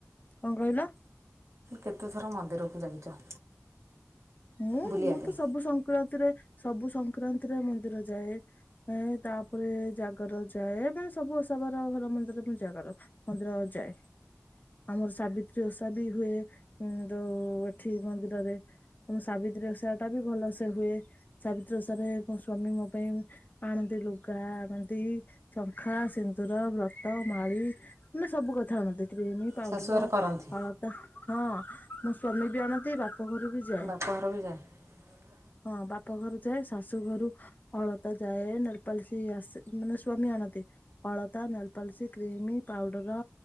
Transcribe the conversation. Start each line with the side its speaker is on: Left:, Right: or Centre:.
Left: କଣ କହିଲ?
Right: କେତେଥର ମନ୍ଦିରକୁ ଯାଇଛ?
Left: ମୁଁ
Right: ବୁଲିବା
Left: ମୁଁ
Right: ପାଇଁ
Left: ତ ସବୁ ସଂକ୍ରାନ୍ତିରେ ସବୁ ସଂକ୍ରାନ୍ତିରେ ମନ୍ଦିର ଯାଏ, ଏ ତାପରେ ଜାଗର ଯାଏ, ମାନେ ସବୁ ଓଷା ବାର ଘର ମନ୍ଦିର ଜାଗର ମନ୍ଦିର ଯାଏ। ଆମର ସାବିତ୍ରୀ ଓଷା ବି ହୁଏ ଯୋଉ ଏଠି ମନ୍ଦିରରେ। ମ ସାବିତ୍ରୀ ଓଷା ଟା ବି ଭଲ ସେେ ହୁଏ ସାବିତ୍ରୀ ଓଷାରେ ମୋ ସ୍ଵାମୀ ମୋ ପାଇଁ ଆଣନ୍ତି ଲୁଗା ଆଣନ୍ତି, ଶଙ୍ଖା, ସିନ୍ଦୁର, ବ୍ରତ, ମାଳି ମାନେ ସବୁ କଥା ଆଣନ୍ତି। କ୍ରିମ, ପାଉଡର,
Right: ଶାଶୁଘରେ କରନ୍ତି
Left: ହଳତା। ହଁ ମୋ ସ୍ଵାମୀ ବି ଆଣନ୍ତି ବାପ ଘରୁ ବି ଯାଏ
Right: ବା ପର ବି ଯାଏ
Left: ହଁ ବାପା ଘରୁ ଯାଏ ଶାଶୁ ଘରୁ ଅଳତା ଯାଏ ନେଲପାଲ ଆସ ମାନେ ସ୍ଵାମୀ ଆଣନ୍ତି ଅଳତା ନେଲପଲସିକ କ୍ରିମି ପାଉଡର